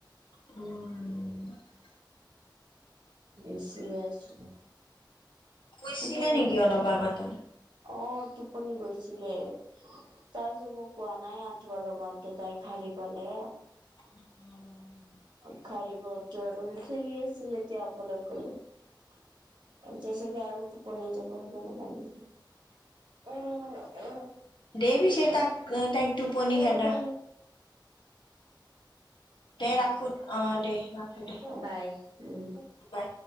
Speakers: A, on the left; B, on the right.
A: উম।
B: বিছিয়ে আছোঁ।
A: শুইছিলে
B: টোপনি
A: নেকি অলপ আগতে?
B: অ' টোপ পনি গৈছিলে তাই যে মোক কোৱা নাই আঠুৱা লগাওতে তাই শাৰ পালে।
A: <inaudible>
B: <unintelligible> আৰু খেলি আছিল এতিয়া অকলে-অকলে। এতিয়া ছাগে আৰু টোপনি যাব সেইকাৰণে কান্দিছে। অ'- অ'।
A: দে পিছে
B: উম-
A: তাক তাইক টোপনি
B: উম।
A: খেদা দে ৰাখো
B: <unintelligible>
A: অ দে ৰাখো দে
B: বাই, উম।
A: বাই।